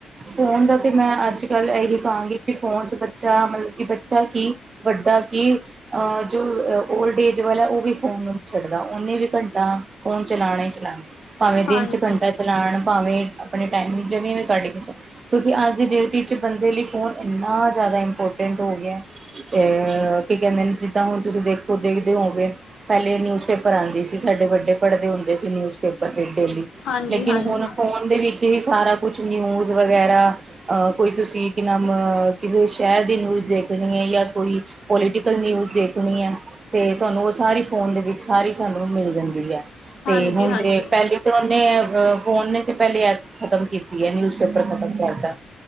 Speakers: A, on the right (about 40°); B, on the left (about 70°).
A: ਫੋਨ ਦਾ ਤੇ ਮੈਂ ਅੱਜ-ਕੱਲ ਏਹੀ ਕਹਾਂਗੀ, ਕਿ ਫੋਨ ਚ ਬੱਚਾ ਮਤਲਬ ਕਿ ਬੱਚਾ ਕੀ ਵੱਡਾ ਕੀ ਅ ਜੋ ਅ ਓਲਡ ਏਜ ਵਾਲਾ ਓਵੀ ਫੋਨ ਨੀ ਛੱਡਦਾ ਉਨੀ ਵੀ ਘੰਟਾ ਫੋਨ ਚਲਾਣਾ ਈ ਚਲਾਣਾ ਭਾਵੇਂ ਦਿਨ
B: ਹਾਂਜੀ,
A: ਚ ਘੰਟਾ ਚਲਾਣ ਭਾਵੇਂ ਆਪਣੇ ਟਾਈਮਿੰਗ ਜਿਵੇਂ ਕੱਢ ਕੇ, ਕਿਉਂਕਿ ਅੱਜ ਦੀ ਡੇਟ ਚ ਬੰਦੇ ਲਈ ਫੋਨ ਏਨਾ ਜ਼ਾਦਾ ਇੰਪੋਰਟੈਂਟ ਹੋ ਗੇਆ ਤੇ ਅ ਕੀ ਕੇਂਦੇ ਨੇ ਜੀ ਤਾਂ ਹੁਣ ਤੁਸੀਂ ਦੇਖੋ ਦੇਖਦੇ ਹੋਓਗੇ, ਪੇਲੇ ਨਿਊਜ਼ ਪੇਪਰ ਆਂਦੀ ਸੀ, ਸਾਡੇ ਵੱਡੇ ਪੜ੍ਹਦੇ ਹੁੰਦੇ ਸੀ ਨਿਊਜ਼ ਪੇਪਰ ਡੇਲੀ,
B: ਹਾਂਜੀ,
A: ਲੇਕਿਨ
B: ਹਾਂਜੀ,
A: ਹੁਣ ਫੋਨ ਦੇ ਵਿੱਚ ਹੀ ਸਾਰਾ ਕੁਛ ਨਿਊਜ਼ ਵਗੈਰਾ ਅ ਕੋਈ ਤੁਸੀਂ ਕਿਨਾ ਮ ਕਿਸੇ ਸ਼ੈਰ ਦੀ ਨਿਊਜ਼ ਦੇਖਣੀ ਏ ਯਾ ਕੋਈ ਪੋਲੀਟੀਕਲ ਨਿਊਜ਼ ਦੇਖਣੀ ਐ ਤੇ ਤੁਆਨੂੰ ਓ ਸਾਰੀ ਫੋਨ ਦੇ ਵਿੱਚ ਸਾਰੀ ਸਾਨੂੰ ਮਿਲ ਜਾਂਦੀ ਐ। ਤੇ
B: ਹਾਂਜੀ,
A: ਹੁਣ
B: ਹਾਂਜੀ।
A: ਜੇ ਪੇਲੇ ਤੇ ਐਹਨੇ ਏ ਫੋਨ ਨੇ ਤੇ ਪਹਿਲੇ ਖਤਮ ਕੀਤੀ ਹੈ, ਨਿਊਜ਼ਪੇਪਰ ਖਤਮ ਕਰਦਾ।